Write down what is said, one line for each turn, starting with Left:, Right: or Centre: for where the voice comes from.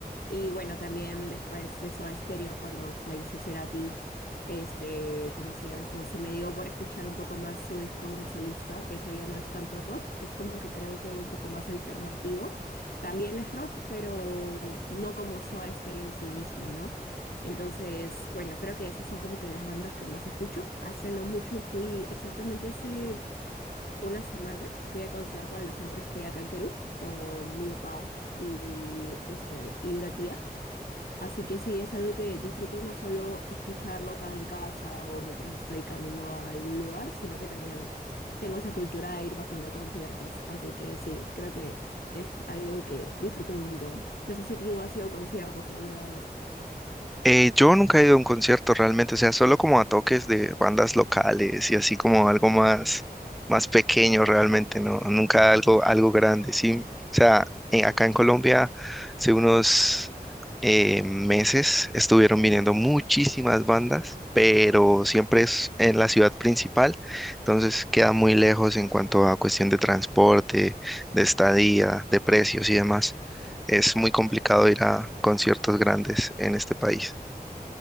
Left: Y bueno, también después de Soda Stereo, cuando falleció Cerati, este, ¿cómo se llama eso? Se me dio por escuchar un poco más su disco como solista, que eso ya no es tanto rock, es como que creo que un poco más alternativo. También es rock, pero no como Soda Stereo en sí mismo, ¿no? Entonces, bueno, creo que esas son como que las bandas que más escucho. Hace no mucho fui, exactamente hace una semana, fui al concierto de los Hombres G acá en Perú con mi papá y este y una tía. Así que sí, es algo que disfruto no solo escucharlo acá en casa o mientras estoy camino a algún lugar, sino que también tengo esa cultura de ir bastante a conciertos. Así que sí, creo que es algo que disfruto un montón. No sé si tú has ido a conciertos alguna vez.
Centre: Eh, yo nunca he ido a un concierto realmente, o sea, solo como a toques de bandas locales y así como algo más, más pequeño realmente, ¿no? Nunca algo, algo grande, sí. O sea, en- acá en Colombia hace unos eh, meses estuvieron viniendo muchísimas bandas, pero siempre es en la ciudad principal, entonces queda muy lejos en cuanto a cuestión de transporte, de estadía, de precios y demás. Es muy complicado ir a conciertos grandes en este país.